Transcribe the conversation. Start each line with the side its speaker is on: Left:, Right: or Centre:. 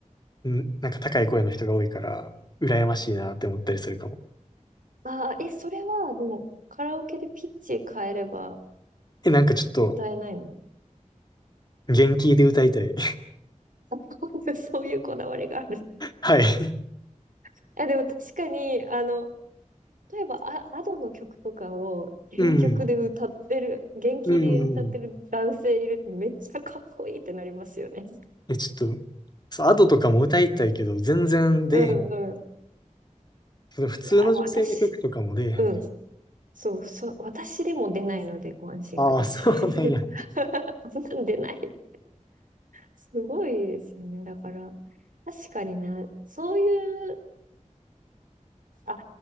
Left: んなんか高い声の人が多いから、羨ましいなって思ったりするかも。
Right: ああ、え、それは、でも、カラオケでピッチ変えれば
Left: え、なんかちょっと、
Right: 歌えないの
Left: 元気で歌いたい。<laughs>
Right: あ <laughs> そういうこだわりがある。
Left: はい。
Right: <laughs> あ、でも確かに、あの、例えば、あ、アドの曲とかを原曲で歌ってる、
Left: うん。
Right: 原気で歌ってる男性いるとめっちゃかっこいいってなりますよね。
Left: うん。え、ちょっと、そう、アドとかも歌いたいけど、全然出えへん。
Right: <laughs> うんう
Left: その普通の女性の曲とかも出えへん。
Right: ん。いやー、私、うん。そう、そう、私でも出ないのでご安心ください。
Left: ああ、そうなんや。
Right: <laughs> そんなん出ない。すごいですよね。だから、確かにな、そういう、あ、